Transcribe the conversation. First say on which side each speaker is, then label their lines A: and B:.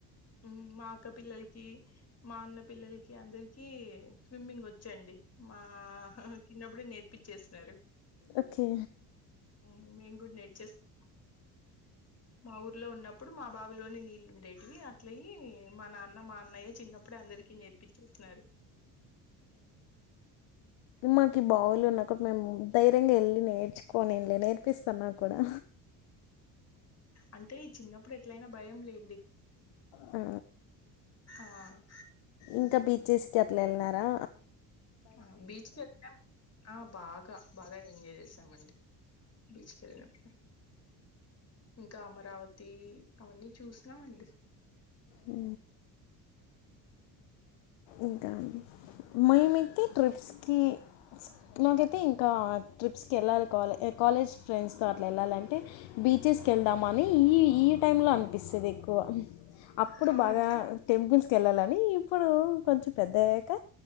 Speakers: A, on the left; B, on the left.
A: ఉమ్ మాఅక్క పిల్లల్ కి మా అన్న పిల్లల్కి అందరికీ స్విమ్మింగొచ్చండి మా చిన్నబ్బుడే నేర్పిచ్చేస్న్నారు
B: ఒకే
A: ఊ మేమ్ గూడా నేర్చెస్కున్నాం మా ఊర్లో ఉన్నప్పుడు మా బావిలోని నీళ్ళుండేటివి అట్లయ్యి మా నాన్న మా అన్నయ్య చిన్నప్పుడే అందరికి నేర్పిచ్చేస్నారు
B: మాకి బావులున్న కుడా మేము ధైర్యంగ ఎళ్ళి నేర్చుకోనిండ్లే నేర్పిస్తన్నా కుడా
A: అంటే చిన్నప్పుడెట్లైనా భయం లేండి
B: ఆ
A: ఆ
B: ఇంకా బీచ్చెస్కి అట్లా ఎళ్నారా
A: ఆ బీచ్ కెళ్నాం ఆ బాగా బాగా ఎంజాయ్ జేస్ సామ్ అండి బీచ్కెళ్ళినప్పుడు ఇంకా అమరావతి అవన్నీ చూస్నామండి
B: అ ఇంకా మేమైతే ట్రిప్స్ కి నాకైతే ఇంకా ట్రిప్స్ కి ఎళ్ళాలి కాలే ఎ కాలేజ్ ఫ్రెండ్స్ తో అట్లా ఎళ్ళాలంటే బీచెస్కెళ్దామని ఈ ఈ టైమ్ లో అన్పిస్తదిక్ క్కువ అప్పుడు
A: అవును
B: బాగా టెంపుల్స్ కెళ్ళాలని ఇప్పుడు కొంచెం పెద్దగయ్యాక